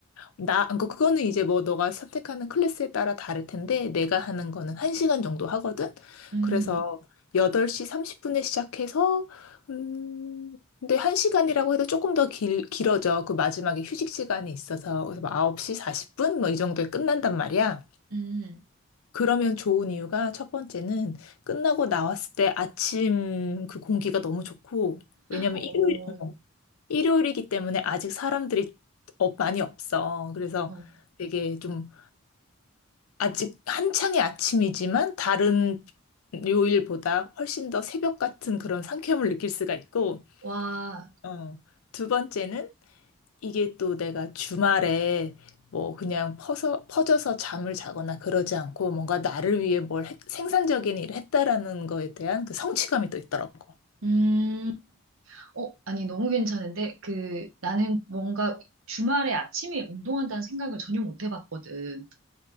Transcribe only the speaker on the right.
음,
음.
어,
어,
와,
음. 어, 아니, 너무 괜찮은데, 그, 나는 뭔가 주말에 아침에 운동한다는 생각을 전혀 못 해봤거든.